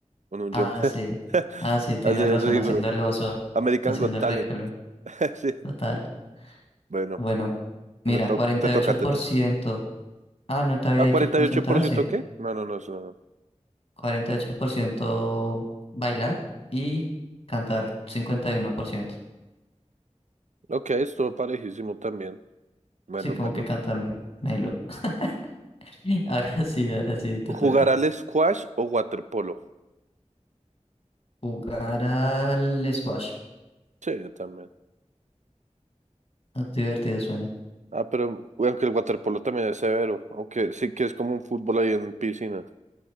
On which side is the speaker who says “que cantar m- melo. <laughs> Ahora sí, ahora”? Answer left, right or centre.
Left